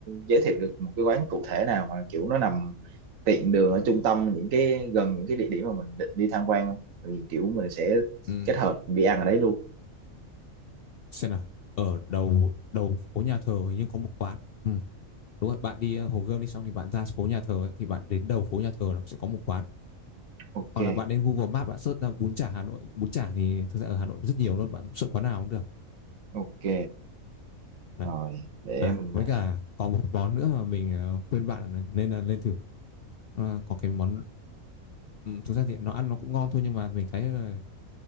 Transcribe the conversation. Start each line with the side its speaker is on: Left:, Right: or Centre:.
Right: giới thiệu được một cái quán cụ thể nào mà kiểu nó nằm tiện đường ở trung tâm những cái gần những cái địa điểm mà mình định đi tham quan không thì kiểu mình sẽ
Left: Ừm,
Right: kết hợp đi ăn ở đấy luôn
Left: xem nào ở đầu đầu phố nhà thờ hình như có một quán Ừm, đúng rồi bạn đi ờ, Hồ Gươm đi xong thì bạn ra phố nhà thờ ấy, thì bạn đến đầu phố nhà thờ nó sẽ có một quán
Right: ok
Left: hoặc là bạn đến Google Maps bạn search ra bún chả Hà Nội bún chả thì thực ra ở Hà Nội rất nhiều luôn bạn search quán nào cũng được
Right: ok
Left: Đấy.
Right: rồi để
Left: à
Right: mình
Left: với cả còn một món nữa mà mình ờ, khuyên bạn là nên là lên thử Ờ, có cái món Ừ, thực ra thì nó ăn nó cũng ngon thôi nhưng mà mình thấy là